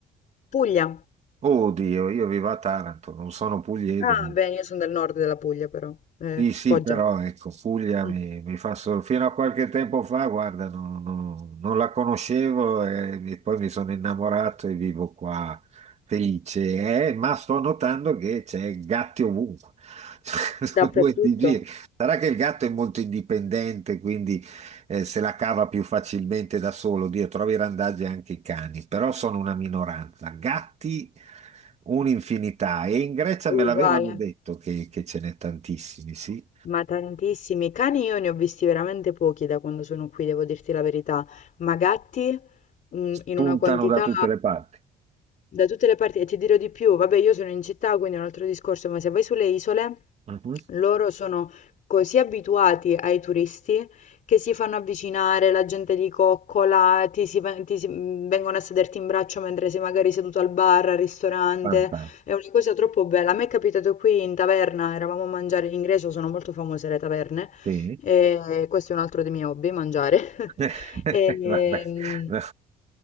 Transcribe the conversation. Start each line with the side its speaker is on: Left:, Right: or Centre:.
Left: Puglia.
Right: Oddio, io vivo a Taranto, non sono pugliese.
Left: Ah, beh, io sono del nord della Puglia però, eh,
Right: Sì, sì,
Left: Foggia.
Right: però ecco, Puglia
Left: Mh.
Right: mi, mi fa solo... Fino a qualche tempo fa, guarda, non, non- non la conoscevo e mi- poi mi sono innamorato e vivo qua felice, eh, ma sto notando che c'è gatti ovunque. <laughs> Sono
Left: Dappertutto,
Right: due di giri. Sarà che il gatto è molto indipendente, quindi eh, se la cava più facilmente da solo. Dio, trovi randaggi anche i cani, però sono una minoranza. Gatti un'infinità e in Grecia
Left: uguale.
Right: me l'avevano detto che, che ce n'è tantissimi, sì.
Left: Ma tantissimi cani io ne ho visti veramente pochi da quando sono qui, devo dirti la verità, ma gatti mm,
Right: spuntano
Left: in una quantità
Right: da tutte le parti.
Left: da tutte le parti e ti dirò di più, vabbè io sono in città quindi è un altro discorso, ma se vai sulle isole
Right: Mhm.
Left: loro sono così abituati ai turisti che si fanno avvicinare, la gente li coccola, ti si- ti si- mm, vengono a sederti in braccio mentre sei magari seduto al bar, al ristorante.
Right: Fantastico.
Left: È una cosa troppo bella. A me è capitato qui in taverna, eravamo a mangiare in Grecia, sono molto famose le taverne,
Right: Sì.
Left: e questo è un altro dei miei hobby, mangiare. <laughs>
Right: <laughs>
Left: E,
Right: Vabbè, no.